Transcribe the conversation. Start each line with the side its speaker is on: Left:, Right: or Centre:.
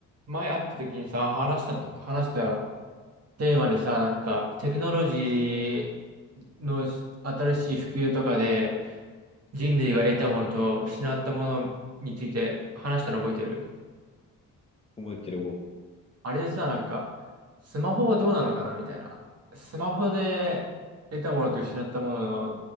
Right: 前会った時にさ、話したと、話したテーマでさ、なんか、テクノロジーのし新しい普及とかで、人類が得たものと失ったものについて話したの覚えてる
Left: 覚えてる
Right: あれでさ、なんか、スマホはどうなのかなみたいな。スマホで得たものと失ったものは、